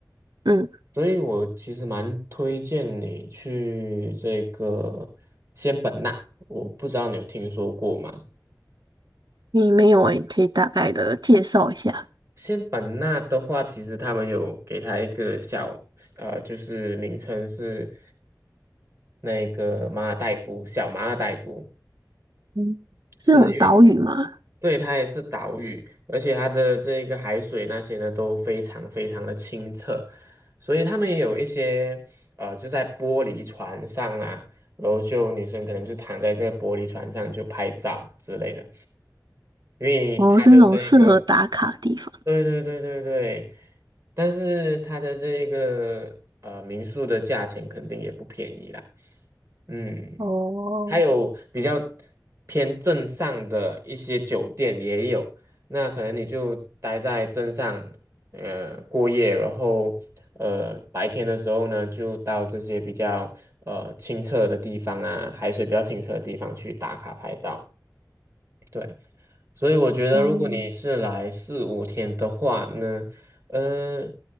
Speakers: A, on the right (about 75°); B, on the right (about 40°).
A: 嗯，
B: 所以我其实蛮推荐你去这个仙本那，我不知道你有听说过吗？
A: 你没有诶，可以大概的介绍一下。
B: 仙本那的话，其实他们有给它一个小，呃，就是名称是那个马尔代夫，小马尔代夫，
A: 嗯是那种岛屿嘛？
B: 是因为对，它也是岛屿，而且它的这个海水那些呢都非常非常的清澈，所以他们也有一些呃就在玻璃船上啊，然后就女生可能就躺在这个玻璃船上就拍照之类的，因为它的这一个
A: 哦，是那种适合打卡的地方。
B: 对对对对对，但是它的这个呃民宿的价钱肯定也不便宜啦。嗯，
A: 哦，
B: 还有比较偏镇上的一些酒店也有，那可能你就待在镇上，呃，过夜，然后呃，白天的时候呢，就到这些比较呃清澈的地方啊，海水比较清澈的地方去打卡拍照。对，所以我觉得，
A: 嗯，
B: 如果你是来四五天的话呢，呃，